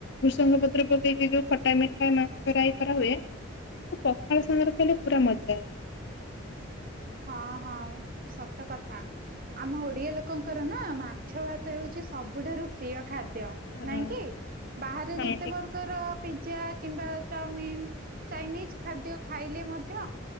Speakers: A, on the left; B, on the right.
A: ଭୃଷଙ୍ଗ ପତ୍ର ପକେଇକି ଯୋଉ ଖଟା ମିଠା ମାଛ ରାଇ କରା ହୁଏ ତାକୁ ପଖାଳ ସାଙ୍ଗରେ ଖାଇଲେ ପୁରା ମଜା ଆସେ।
B: ହଁ ହଁ ସତ କଥା। ଆମ ଓଡିଆ ଲୋକଙ୍କର ନା ମାଛ ଭାତ ହଉଚି ସବୁଠାରୁ ପ୍ରିୟ ଖାଦ୍ୟ।
A: ହଁ
B: ନାଇଁ କି ବାହାରେ
A: ହଁ
B: ଯେତେ
A: ଠିକ
B: ବର୍ଗର
A: କଥା।
B: ପିଜିା କିମ୍ବା ଚାଉମିିନ୍ ଚାଇନିସ୍ ଖାଦ୍ୟ ଖାଇଲେ ମଧ୍ୟ